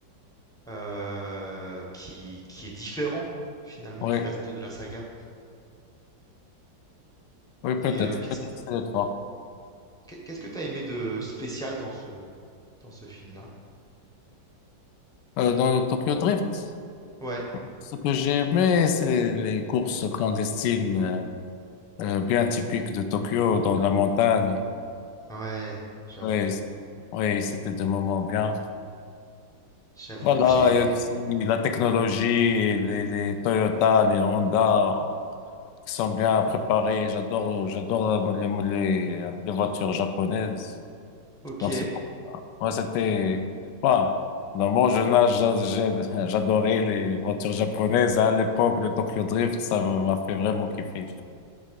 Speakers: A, in the centre; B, on the left.
A: euh, qui, qui est différent, finalement,
B: Oui.
A: du reste de la saga.
B: Oui, peut-être.
A: Et euh, qu'est-ce,
B: Peut-être c'est le trois.
A: qu'est- qu'est-ce que t'as aimé de spécial dans ce, dans ce film-là?
B: Euh, dans le Tokyo Drift,
A: Ouais,
B: ce que j'ai aimé, c'est les courses clandestines euh, euh, bien typiques de Tokyo, dans la montagne.
A: ouais, j'avoue,
B: Oui, c'est- oui, c'était des moments bien.
A: j'avoue,
B: Voilà,
A: j'ai...
B: et aussi la technologie, les, les Toyota, les Honda, qui sont bien préparés. J'adore, j'adore les, les, les voitures japonaises.
A: Ok,
B: Donc,
A: ouais,
B: c'est Ouais, c'était. Voilà. Dans mon jeune âge, j'a- j'ai- <laughs> j'adorais les voitures japonaises. hein. À l'époque, le Tokyo Drift, ça m'a fait vraiment kiffer.